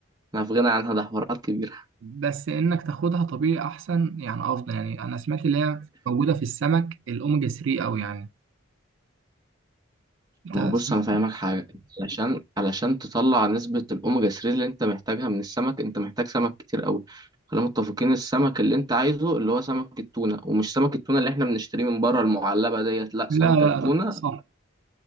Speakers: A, on the right; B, on the right.
A: أنا في غنى عنها ده حوارات كبيرة
B: بس انك تاخدها طبيعي احسن يعني افضل يعني انا سمعت اللي هي موجوده في السمك الاوميجا 3 او يعني انت
A: ما
B: سمعت؟
A: هو بص انا فاهمك حاجه علشان علشان تطلع نسبه الاوميجا 3 اللي انت محتاجها من السمك انت محتاج سمك كتير قوي خلينا متفقين السمك اللي انت عايزه اللي هو سمك التونه ومش سمك التونه اللي احنا بنشتريه من بره المعلبه ديت لا
B: لا
A: سمكه
B: لا
A: تونه
B: لا صح